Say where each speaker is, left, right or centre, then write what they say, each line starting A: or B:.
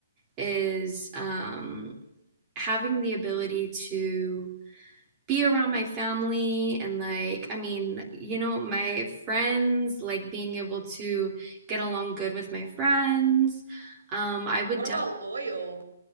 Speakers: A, on the right; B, on the right.
A: is um, having the ability to be around my family and like i mean you know my friends like being able to get along good with my friends um i would
B: What
A: definitely
B: about loyal?